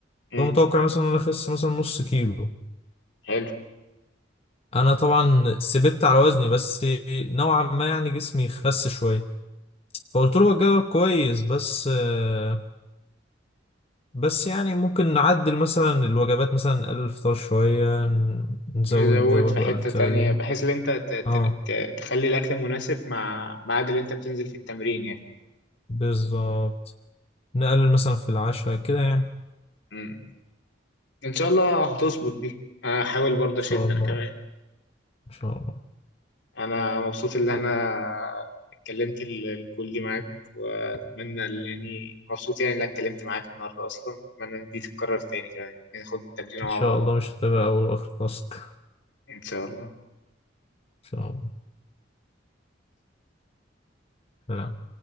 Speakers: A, on the left (about 70°); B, on the left (about 30°).
A: امم
B: فمتوقع مثلا ان انا اخس مثلا نص كيلو
A: حلو
B: انا طبعا سبت على وزني بس نوعا ما يعني جسمي خس شويه فقلت له هو الجدول كويس بس آه، بس يعني ممكن نعدل مثلا الوجبات مثلا نقلل الفطار شويه ن- نزود
A: نزود
B: وجبه
A: في حتة
B: قبل التمرين
A: تانية بحيث ان انت ت- ت-
B: اه
A: ت- تخلي الاكل مناسب مع ميعاد اللي انت بتنزل في التمرين يعني
B: بالظبط نقلل مثلا في العشاء كده يعني ان
A: امم ان شاء الله هتظبط دي انا هحاول برضه اشد
B: شاء الله
A: انا كمان
B: ان شاء الله
A: انا مبسوط ان انا اتكلمت ال- الكل دي معاك واتمنى ال- يعني مبسوط يعني انك اتكلمت معاك النهارده اصلا واتمنى ان دي تتكرر تاني كمان ناخد التمرين مع
B: ان شاء
A: بعض
B: الله مش هتبقى اول واخر تاسك ان
A: ان شاء الله
B: شاء الله سلام.